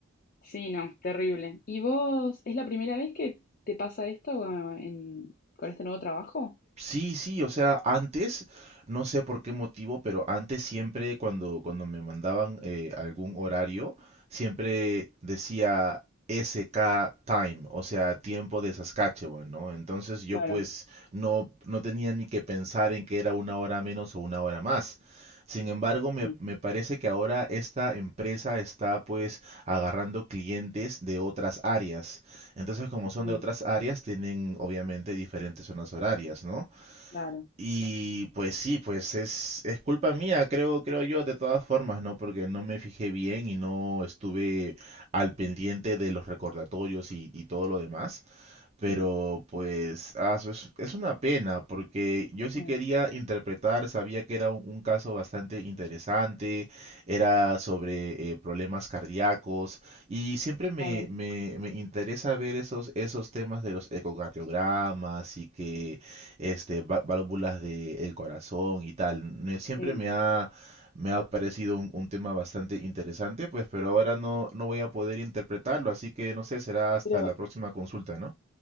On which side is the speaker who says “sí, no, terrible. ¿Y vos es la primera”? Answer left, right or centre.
Left